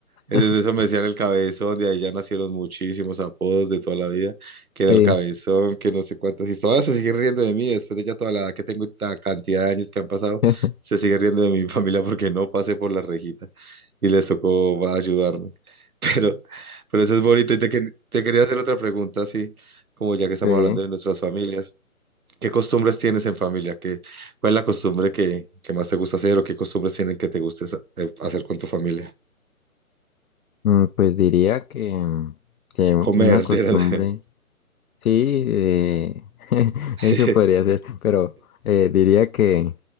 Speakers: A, on the right; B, on the left.
A: desde
B: <laughs>
A: eso me decían el cabezón, de ahí ya nacieron muchísimos apodos de toda la vida, que era
B: Sí.
A: el cabezón, que no sé cuántas, y todas se siguen riendo de mí después de ya toda la edad que tengo y la cantidad de años que han pasado,
B: <laughs>
A: se sigue riendo de mi <laughs> familia porque no pasé por la rejita y les tocó ayudarme. Pero, pero eso es bonito. Y te, que- te quería hacer otra pregunta, así como ya que estamos
B: Sí,
A: hablando de nuestras familias. ¿Qué costumbres tienes en familia? ¿Qué, cuál es la costumbre que, que más te gusta hacer o qué costumbres tienen que te guste sa- eh, hacer con tu familia?
B: mm, pues diría que, que
A: Comer,
B: una costumbre,
A: de verdad.
B: sí, eh, <laughs>
A: <laughs>
B: eso podría ser, pero eh, diría que,